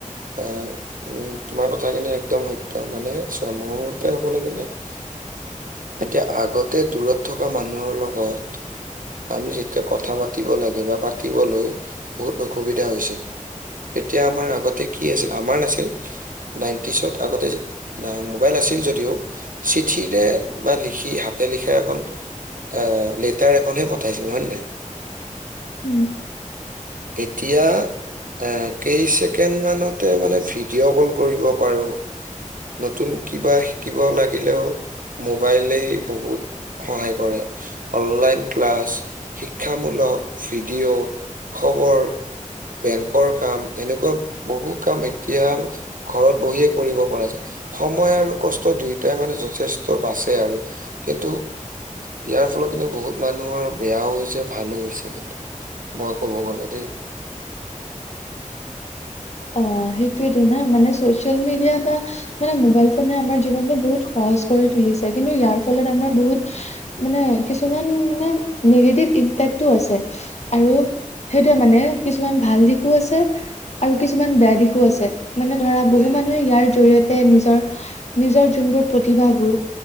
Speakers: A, on the right (about 85°); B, on the left (about 55°).
A: অ', উম তোমাৰ কথাখিনি একদম সত্য় মানে চাম কবলে গলে এতিয়া আগতে দূৰত থকা মানুহৰ লগত আমি যেতিয়া কথা পাতিব লাগে বা পাতিবলৈ, বহুত অসুবিধা হৈছিল। তেতিয়া আমাৰ আগতে কি আছিল আমাৰ নাছিল। নাইনটিচত আগতে মোবাইল আছিল যদিও চিঠিৰে বা লিখি হাতে লিখা এখন অ', লেটাৰ এখনহে পঠাইছিলো হয় নে নাই?
B: উম।
A: এতিয়া এ কেই ছেকেণ্ড মানতে মানে ভিডিঅ' কল কৰিব পাৰো। নতুন কিবা শিকিব লাগিলেও মোবাইলেই বহুত সহায় কৰে, অনলাইন ক্লাছ শিক্ষামূলক ভিডিঅ' খবৰ বেংকৰ কাম এনেকুৱা বহু কাম এতিয়া ঘৰত বহিয়ে কৰিব পৰা যায় সময় আৰু কষ্ট দুয়োটাই মানে যথেষ্ট বাচে আৰু। কিন্তু ইয়াৰ ফলত কিন্তু বহুত মানুহৰ বেয়াও হৈছে ভালো হৈছে মই ক'ব গ'লে দেই।
B: অ', সেইটোয়েতো না মানে চচিয়েল মিডিয়া বা মানে মোবাইল ফোনেহে আমাৰ জীৱনতটো বহুত সহজ কৰি তুলিছে কিন্তু ইয়াৰ ফলত আমাৰ বহুত মানে কিছুমান মানে নিগেটিভ ইম্পেক্টো আছে। আৰু সেইটোোৱে মানে কিছুমান ভাল দিশো আছে আৰু কিছুমান বেয়া দিশো আছে মানে ধৰা বহু
A: উম।
B: মানুহে ইয়াৰ জৰিয়তে নিজৰ নিজৰ যোনবোৰ প্ৰতিভাবোৰ